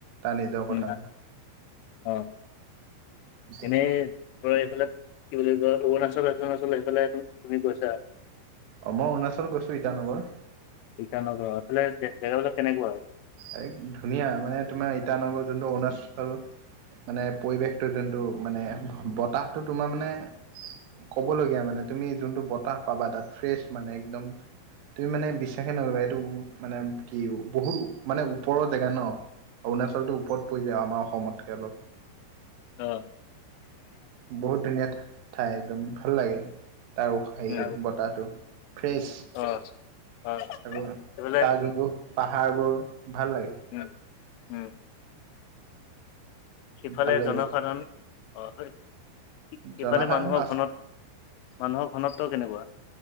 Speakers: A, on the right; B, on the left.
A: তাৰ নিজৰ
B: উম,
A: কথা আৰু
B: অ
A: এতিয়া
B: এনেই তই এইফালে কি বুলি কয় অৰুণাচল অৰুণাচল এইফালে তুমি গৈছা
A: অ মই অৰুণাচল গৈছো ইটানগৰ
B: ইটানগৰত সেইফালে জেগাবিলাক কেনেকুৱা হয়
A: আৰে ধুনীয়া মানে তোমাৰ ইটানগৰ যোনটো অৰুণাচল আৰু মানে পৰিৱেশটো যোনটো মানে বতাহটো তোমাৰ মানে ক'বলগীয়া মানে তুমি যোনটো বতাহ পাবা তাত ফ্ৰেছ মানে একদম তুমি মানে বিশ্বাসেই নকৰিবা এইটো মানে কি বহুত মানে ওপৰৰ জেগা ন অৰুণাচলটো ওপৰত পৰি যায় আমাৰ অসমতকৈ অলপ
B: অ
A: বহুত ধুনীয়া ঠাই একদম ভাল লাগে তাৰ হেৰিটো
B: অ
A: বতাহটো ফ্ৰেছ
B: অ অ
A: আৰু
B: সেইফালে
A: তাৰ যোনবোৰ পাহাৰ বোৰ ভাল লাগে
B: ওম ওম সিফালে
A: ভাল লাগিব
B: জনসাধাৰণ আহ সেইফালে
A: জনসাধাৰণ
B: মানুহৰ
A: আ
B: ঘনত মানুহৰ ঘনত্ব কেনেকুৱা